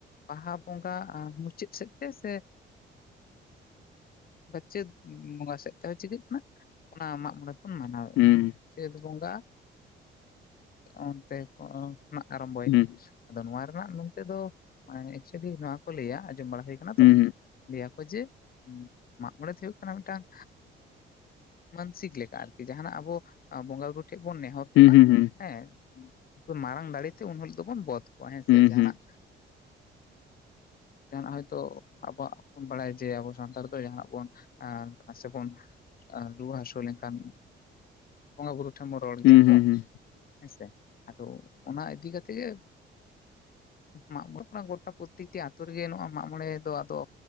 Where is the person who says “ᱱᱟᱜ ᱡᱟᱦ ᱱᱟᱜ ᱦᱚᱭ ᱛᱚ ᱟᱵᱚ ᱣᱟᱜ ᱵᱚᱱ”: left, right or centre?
Left